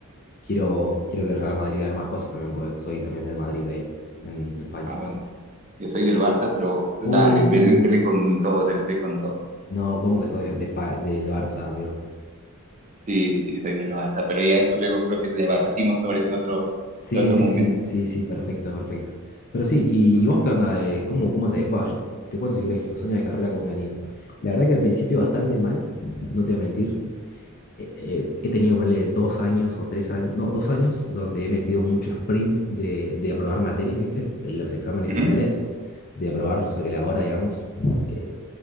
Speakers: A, on the left; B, on the right.
A: quiero, quiero que el Real Madrid haga más cosas también, porque soy también del Madrid ahí, en España.
B: Ah, bueno. Yo soy del Barça, pero dale,
A: Uh,
B: dele, dele con todo, dele con todo.
A: no, ¿cómo que soy de, de Espa- del Barça, amigo?
B: Sí, sí, soy del Barça, pero ya esto luego creo que debatimos sobre eso en otro,
A: Sí,
B: en otro
A: sí,
B: momento.
A: sí, sí, sí, perfecto, perfecto. Pero sí, ¿y, y vos qué onda? Eh, ¿cómo, cómo te... va, yo te cuento si querés los años de carrera cómo me han ido. La verdad que al principio bastante mal, no te voy a mentir. Eh, eh, he tenido, ponle, dos años o tres años, no, dos años donde he metido mucho sprint de, de aprobar materia, ¿viste? En los exámenes
B: Ujú.
A: finales, de aprobar sobre la hora, digamos, eh,